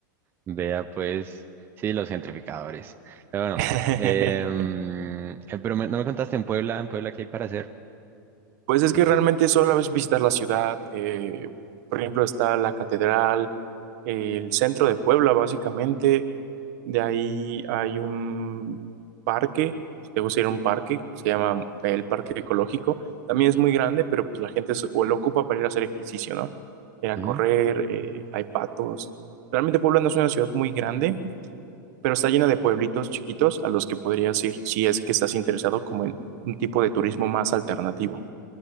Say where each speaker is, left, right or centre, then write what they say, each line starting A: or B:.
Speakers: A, on the right; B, on the right.
A: Vea, pues, sí, los gentrificadores. Pero bueno,
B: <laughs>
A: em, eh, pero me- no me contaste en Puebla, en Puebla, ¿qué hay para hacer?
B: Pues es
A: Mm.
B: que realmente solo es visitar la ciudad. eh, por ejemplo, está la catedral, el centro de Puebla, básicamente. De ahí hay un parque, si te gusta ir a un parque, se llama el Parque Ecológico. También es muy grande, pero pues la gente es- o lo ocupa para ir a hacer ejercicio, ¿no? Ir a
A: Ujú.
B: correr, eh, hay patos. Realmente Puebla no es una ciudad muy grande, pero está llena de pueblitos chiquitos a los que podrías ir si es que estás interesado como en un tipo de turismo más alternativo.